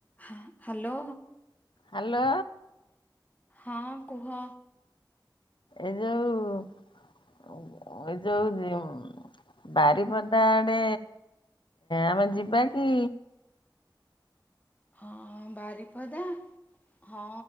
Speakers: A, on the left; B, on the left.
A: ହଁ ହ୍ୟାଲୋ।
B: ହ୍ୟାଲୋ।
A: ହଁ କୁହ।
B: ଏଇ ଯୋଉ ଏଇ ଯୋଉ ବାରିପଦା ଆଡେ ଆମେ ଯିବା କି?
A: ହଁ ବାରିପଦା ହଁ